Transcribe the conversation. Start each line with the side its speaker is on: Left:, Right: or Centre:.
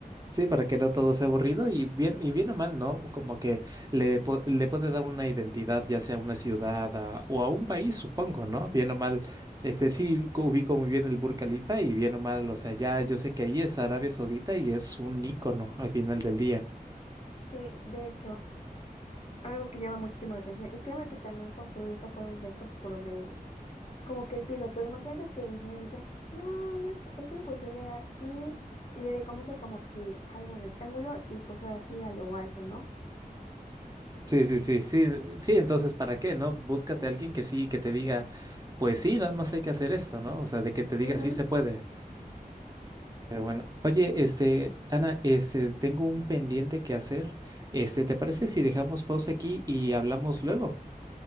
Right: Sí, para que no todo sea aburrido y bien, y bien o mal, ¿no? Como que le, po- le puede dar una identidad, ya sea a una ciudad a- o a un país, supongo, ¿no? Bien o mal, este sí cu- ubico muy bien el Burj Khalifa y bien o mal, o sea, ya yo sé que ahí es Arabia Saudita y es un ícono al final del día.
Left: sí, de hecho. Algo que llama muchísimo la atención. Y créeme que también construir eso fue un reto por ver como que el piso. Pero imagínate que el ingeniero decía, no, no es, es imposible aquí. Le recomiendo como que algo rectángulo y pues ahora sí a lo alto, ¿no?
Right: Sí, sí, sí, sí, sí, entonces ¿para qué, no? Búscate a alguien que sí, que te diga, pues sí, nada más hay que hacer esto, ¿no? O sea, de que te
Left: Ujú.
Right: diga sí se puede. Pero bueno, oye, este, Ana, este, tengo un pendiente que hacer. Este, ¿te parece si dejamos pausa aquí y hablamos luego?